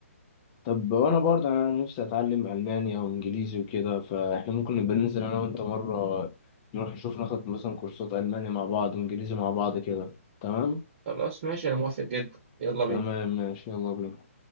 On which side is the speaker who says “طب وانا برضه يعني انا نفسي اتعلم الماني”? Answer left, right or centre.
Left